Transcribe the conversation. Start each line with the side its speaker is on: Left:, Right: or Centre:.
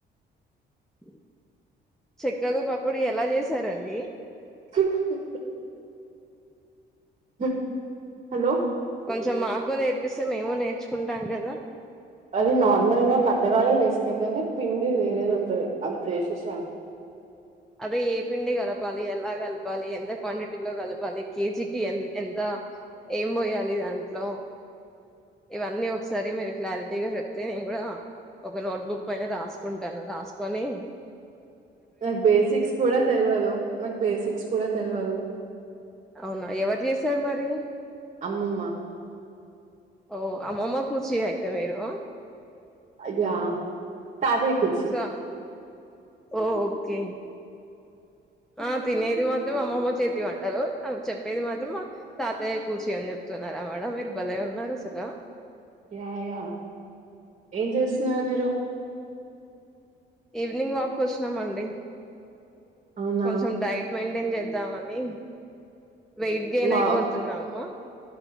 Centre: ఉ చెక్కలు పకోడి ఎలా చేసి సరే అండి
Right: హు హు హు హు హలో
Centre: కొంచెం మాకు నేర్పిస్తే మేమో నేర్చుకుంటాం కదా
Right: అది నోర్మల్గా కట్టగాల చెస్దేధాగర్రా నే పిండి వేరేదిండ అ ప్రేషించా
Centre: అదే ఏ పిండి కలపాలి ఎలా కలపాలి ఎంత క్వాంటిటీ లో కలపాలి కేజీకి ఎ ఎంత ఏం పోయాలి దాంట్లో ఇవన్నీ ఒకసారి మీరు క్లారిటీగా చెప్తే నేను కూడా ఒక నోట్బుక్ ప రాసుకుంటాను రాసు పని
Right: నాకు బేసిక్స్ కూడా తెలియదు నాకు బేసిక్స్ కూడా తెలియదు
Centre: అవునా ఎవరు చేశారు మరి
Right: అమ్మమ్మ
Centre: ఓ ఆమ మా ఖుషి అయితే మీరు
Right: అయ్యా తాదకుచి
Centre: సో ఓ ఓకే ఆ తినేది మాత్రం అమ్మమ్మ చేతివి అంటారు అ చెప్పేది మాత్రమా తాతయ్య కూర్చి అని చెప్తున్నారా మేడ మీరు భలే ఉన్నారు అసలు
Right: యాయా ఏం చేస్తున్నారు మీరు
Centre: ఈవినింగ్ వాక్ వచ్చినామండి
Right: అవునా
Centre: కొన్సెం డైట్మెట్ ేం చేద్దామని వెయిట్ గెయిన్
Right: వావ్
Centre: అయిపోతున్నావు